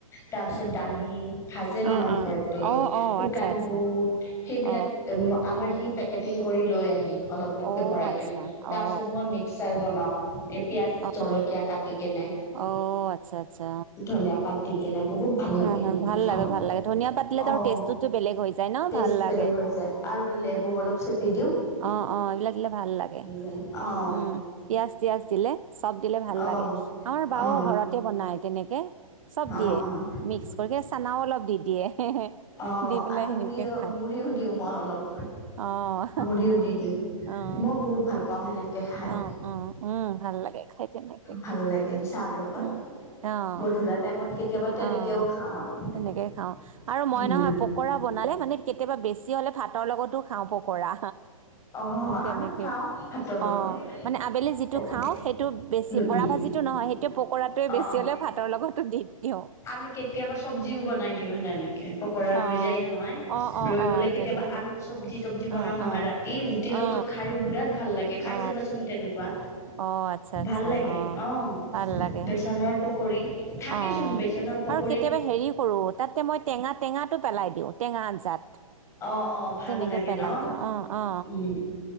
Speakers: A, on the left; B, on the right.
A: তাৰপিছত দালি
B: অ
A: ভাজে নহয়
B: অ
A: ঘৰতে।
B: অ অ অ
A: শুকান
B: আচ্ছা আচ্ছা
A: গুৰ সেইবিলাক
B: অ
A: আমাৰ হেৰি প্ৰেক্টিকেল কৰি লৈ আহে- অলপ
B: অ
A: ভৰাই
B: আচ্ছা
A: কিনে। তাৰপিছত
B: অ
A: মই মিক্সাৰ বনাওঁ। পিয়াজ জলকীয়া
B: অ
A: কাটি কিনে
B: অ', আচ্ছা আচ্ছা
A: ধনীয়া পাত দি কিনে। বহুত- ভাল লাগে
B: অ',
A: সেনেকে
B: হ ভাল
A: খাওঁ
B: লাগে
A: অঁ
B: ভাল লাগে ধনিয়া পাত দিলে তাৰ
A: অঁ
B: টেষ্টটোতো বেলেগ হৈ যায় ন
A: টেষ্ট
B: ভাল লাগে
A: বেলেগ হৈ যায়। আৰু- নেমু অলপ চেপি দিও।
B: অঁ অঁ এইবিলাক দিলে ভাল লাগে।
A: যায় অ',
B: উম পিয়াজ-তিয়াজ দিলে চব দিলে ভাল
A: অ',
B: লাগে। আমাৰ বা'ও
A: অ'।
B: ঘৰতে বনাই তেনেকে- চব
A: অ',
B: দিয়ে
A: অ',
B: মিক্স কৰি কিনে চানাও অলপ দি দিয়ে।
A: অঁ
B: দি পেলাই
A: আৰু
B: হেৰিকে
A: মুড়ি
B: খায়
A: মুড়িও দিওঁ মই অলপ।
B: অ',
A: দিওঁ দি দিওঁ
B: অ',
A: মই বহুত ভাল পাওঁ সেনেকে- খাই।
B: অ', অ', উম, ভাল লাগে খাই তেনেকে
A: ভাল লাগে চাহ'ৰ লগত-
B: উম, অ',
A: গধূলি টাইমত কেতিয়াবা তেনেকেও
B: অ'।
A: খাওঁ আমি।
B: তেনেকে খাওঁ আৰু মই
A: উম
B: নহয় পকৰা বনালে মানে কেতিয়াবা বেছি হ'লে ভাতৰ লগতো খাওঁ পকৰা।
A: অ',
B: তেনেকে।
A: আমিও খাওঁ ভাতৰ লগত
B: অঁ মানে আবেলি যিটো
A: পকত
B: খাওঁ সেইটো বেছি
A: উম
B: বৰা
A: উম
B: ভাত- জিতু নহয় সেইটোয়ে পকৰাটোৱে
A: অ',
B: বেছি
A: অ',
B: হ'লে ভাতৰ লগতো দি দিওঁ।
A: আমি কেতিয়াবা চব্জিও বনাই দিওঁ সেনেকৈ পকৰা
B: অ
A: ৰৈ যায় নহয়
B: অ অ
A: ৰৈ
B: অ
A: গ'লে কেতিয়াবা
B: তেনেকে
A: আলু চবজি- চব্জি
B: অ
A: বনাও নহয়
B: অ
A: ৰাতি ৰুটিৰ
B: অ
A: লগত খাই বিৰাট ভাল লাগে খাই
B: অ
A: চাবাচোন তেনেকুৱা।
B: অ আচ্ছা আচ্ছা
A: ভাল লাগে
B: অ
A: অঁ
B: ভাল লাগে
A: বেচনৰ পকৰি থাকে
B: অ
A: চোন বেচনৰ পকৰি-
B: আৰু কেতিয়াবা হেৰি কৰো তা'তে মই টেঙা টেঙা টো পেলাই দিওঁ টেঙা আঞ্জাত।
A: অঁ অঁ ভাল
B: তেনেকে
A: লাগে
B: পেলাই
A: ন'
B: দিওঁ অ অ
A: উমঁ।